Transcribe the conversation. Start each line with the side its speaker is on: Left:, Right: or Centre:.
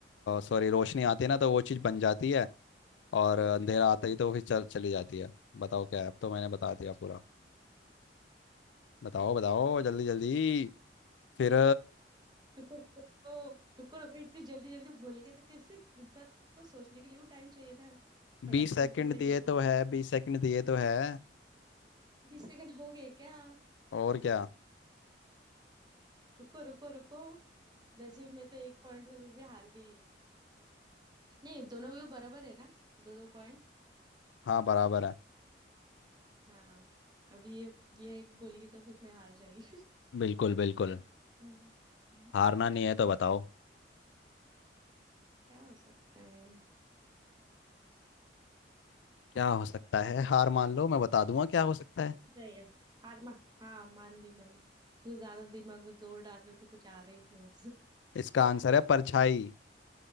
Left: सॉरी रोशनी आती है ना तो वो चीज बन जाती है और अंधेरा आता ही तो वो फिर चल चली जाती है बताओ क्या है अब तो मैंने बता दिया पूरा बताओ बताओ जल्दी जल्दी फिर
Right: रुको रुको रुको रुको इतनी जल्दी जल्दी भूल गए तो किससे इंसान को सोचने के लिए भी टाइम चाहिए ना फटक
Left: बीस सेकंड
Right: से आंसर देंगे
Left: दिए
Right: तो
Left: तो है बीस सेकंड दिए तो है
Right: बीस सेकंड हो गए क्या
Left: और क्या
Right: रुको रुको रुको वैसे भी मैं तो एक पॉइंट से भी, भी हार गई हूँ नहीं दोनों भी बराबर है ना दो दो पॉइंट
Left: हाँ बराबर है
Right: हाँ अब ये ये एक बोलेगी तो फिर मैं हार जाएगी
Left: बिल्कुल बिल्कुल
Right: हम्म, हम्म,
Left: हारना नहीं है तो बताओ
Right: क्या हो सकता है
Left: क्या हो सकता है हार मान लो मैं बता दूंगा क्या हो सकता है
Right: मैं यस हार मा हाँ मान ली मैंने क्यों ज्यादा दिमाग में जोर डाल रहे हो तो कुछ आ रहा ही नहीं आंसर
Left: इसका आंसर है परछाई